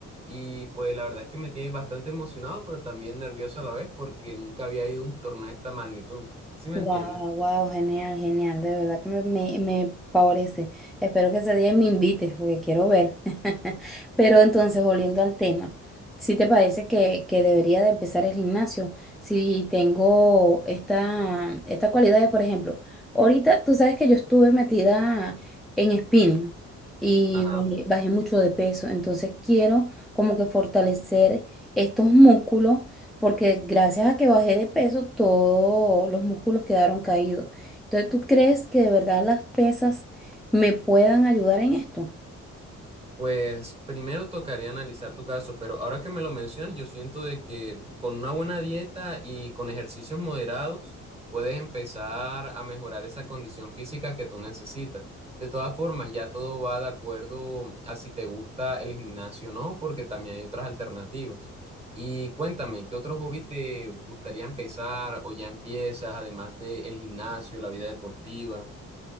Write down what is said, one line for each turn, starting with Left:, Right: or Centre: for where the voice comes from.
Right: Y pues la verdad es que me tiene bastante emocionado, pero también nervioso a la vez porque nunca había ido a un torneo de esta magnitud. ¿Sí me
Centre: Wow,
Right: entiendes?
Centre: wow, genial, genial, de verdad que me, me, me favorece. Espero que ese día me invites porque quiero ver. <laughs> Pero entonces, volviendo al tema, si te parece que, que debería de empezar el gimnasio? Si tengo esta, estas cualidades, por ejemplo, ahorita tú sabes que yo estuve metida en spinning y
Right: Ajá.
Centre: bajé, bajé mucho de peso, entonces quiero como que fortalecer estos músculos porque gracias a que bajé de peso, todos los músculos quedaron caídos. Entonces, ¿tú crees que de verdad las pesas me puedan ayudar en esto?
Right: Pues primero tocaría analizar tu caso, pero ahora que me lo mencionas, yo siento de que con una buena dieta y con ejercicios moderados puedes empezar a mejorar esa condición física que tú necesitas. De todas formas, ya todo va de acuerdo a si te gusta el gimnasio o no, porque también hay otras alternativas. Y cuéntame, ¿qué otro hobby te gustaría empezar o ya empiezas, además del gimnasio, la vida deportiva?